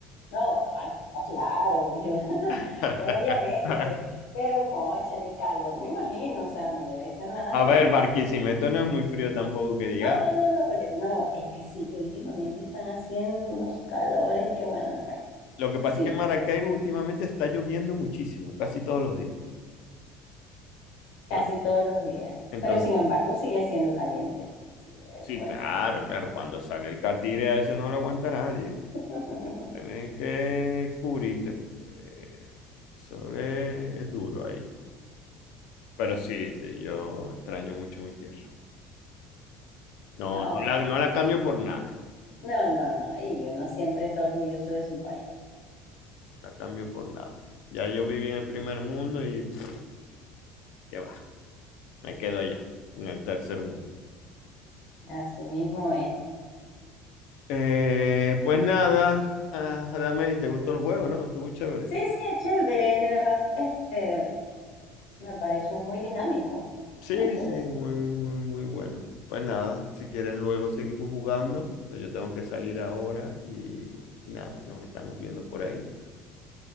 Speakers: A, on the left (about 80°); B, on the left (about 65°).
A: No, ah, no, claro, yo, <laughs>
B: <laughs>
A: obviamente. Pero, cónchale, el calor, me imagino, o sea, no debe ser nada
B: A
A: normal.
B: ver, Barquisimeto no es muy frío tampoco que diga
A: No, no, no, no, oye, no, es que sí, últimamente están haciendo unos calores que, bueno, pues
B: Lo que pasa
A: sí,
B: es que en Maracaibo últimamente está lloviendo muchísimo, casi todos los días.
A: casi
B: Entonces,
A: todos los días.
B: entonces,
A: Pero sin embargo, sigue siendo caliente. Sí,
B: sí,
A: es fuerte.
B: claro, claro, cuando sale el catire a eso no lo aguanta nadie.
A: <laughs>
B: Tienes que cubrirte porque eso es, es duro ahí. Pero sí, sí, yo extraño mucho mi tierra. No,
A: No,
B: no
A: bueno.
B: la, no la cambio por nada,
A: No, no, no, y uno siempre está orgulloso de su país.
B: no la cambio por nada. Ya yo viví en el primer mundo y <sniffs> pff, qué va, me quedo allá, en el tercer mundo.
A: Así mismo es.
B: Eh, pues nada, ah, Adamel, ¿te gustó el juego, no? Estuvo chévere.
A: Sí, sí, es chévere, de verdad, este, me pareció muy dinámico,
B: Sí,
A: muy chévere.
B: sí, muy, muy, muy bueno. Pues nada, si quieres luego seguimos jugando, pues yo tengo que salir ahora y, y nada, nos estamos viendo por ahí.